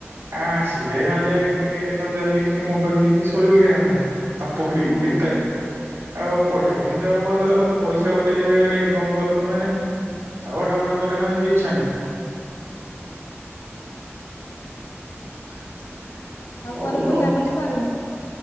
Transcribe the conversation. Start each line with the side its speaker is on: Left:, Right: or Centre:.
Right: ଆ ଆସିଲେ ହେଲେ ହେଇକି ଟିକେ ସନ୍ଧ୍ୟା ଦେଇକି ଟିକେ ମୋବାଇଲ ଦେଖିକି ଶୋଇ ପଡିବା କଥା। ଆଉ ପଢିବୁ
Left: ହୁଁ
Right: କେତେବେଳେ
Left: ହୁଁ
Right: ଆଉ ପଢିବାକୁ ଏମିତି ଆଉ ଭଲ ଲାଗୁନି ।ପଇସା ଗୋଟେ ଜାଗାରେ ଇନକମ୍ କଲୁଣି ମାନେ ଆଉ ପଢାପଢି କରିବାକୁ ଏମତି ଇଚ୍ଛା ନାହିଁ। <inaudible>
Left: ଆଉ କୁଆରେ
Right: ର
Left: ବୁଲାବୁଲି କରିନ?